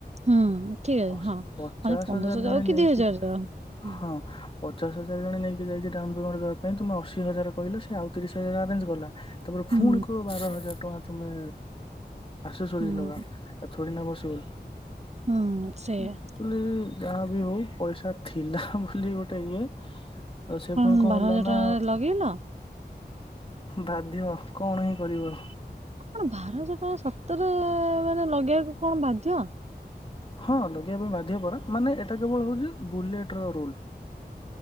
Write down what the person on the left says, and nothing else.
ଅ
ପଚାଶ
ହଜାର ଜଣେ
ନେଇକି
ହଁ ପଚାଶ ହଜାର ଜଣେ ନେଇକି ଯାଇଚି ଡାଉନ ପେମେଣ୍ଟ ଦବା ପାଇଁ ତମେ ଅଶୀ ହଜାର କହିଲେ ସେ ଆଉ ତିରିଶ ହଜାର ଆରେଞ୍ଜ କଲା ତାପରେ
ଫୁଣି କହିବ ବାର ହଜାର କଣ ତୁମେ ଆସୋସୋରିଜ
ଲଗାଅ ଥୋଡ଼ି ନା ପଶିବଲ୍
ଆକଚ୍ୟୁଲି ଯାହା ବି ହଉ ପଇସା ଥିଲା ବୋଲି ଗୋଟେ ଇଏ ଆଉ ସେ
ପୁଣି
ହେଲା ନା
ବାଧ୍ୟ କଣ ହିଁ କରିବ
ହଁ ଲଗେଇବା ପାଇଁ ବାଧ୍ୟ ପରା ମାନେ ଏଇଟା କେବଳ ହଉଚି ବୁଲେଟ ର ରୁଲ।